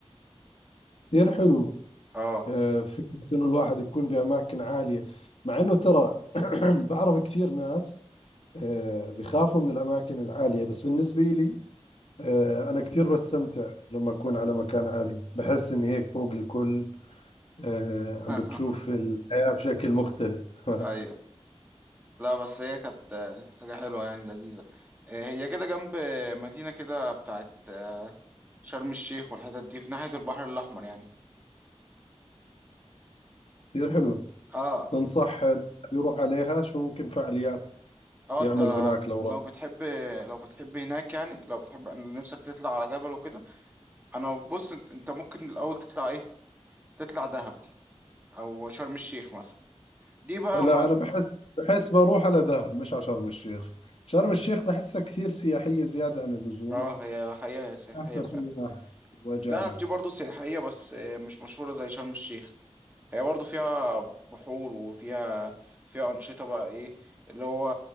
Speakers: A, on the left; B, on the right.
A: كثير حلو
B: اه
A: آه، فكرة إنه الواحد يكون بأماكن عالية مع إنه ترى <clears throat> بعرف كثير ناس آه، بخافوا من الأماكن العالية بس بالنسبة لي آه، أنا كثير بستمتع لما أكون على مكان عالي بحس إني هيك فوق الكل آه، عم
B: <laughs>
A: بتشوف الحياة بشكل مختلف <laughs> تمام
B: ايوه لا بس هي كانت آه، حاجة حلوة يعني لذيذة آه، هي كده جنب آه، مدينة كده بتاعت آه، شرم الشيخ والحتت دي في ناحية البحر الأحمر يعني
A: كثير حلو
B: اه
A: تنصح يروح عليها شو ممكن فعاليات
B: اه
A: يعمل
B: انت
A: هناك لو
B: لو
A: راح
B: بتحب لو بتحب هناك يعني لو بتحب ان نفسك تطلع على جبل وكده انا بص انت انت ممكن الاول تطلع ايه تطلع دهب دي او شرم الشيخ مثلا دي بقى
A: لا
B: ما...
A: انا بحس بحس بروح على دهب مش على شرم الشيخ شرم الشيخ بحسها كثير سياحية زيادة عن اللزوم
B: اه هي حقيقة هي سياحية
A: حتى
B: فعلا
A: سياح واجانب
B: دهب دي برضو سياحية بس مش مشهورة زي شرم الشيخ هي برضو فيها بحور وفيها فيها أنشطة بقى ايه اللي هو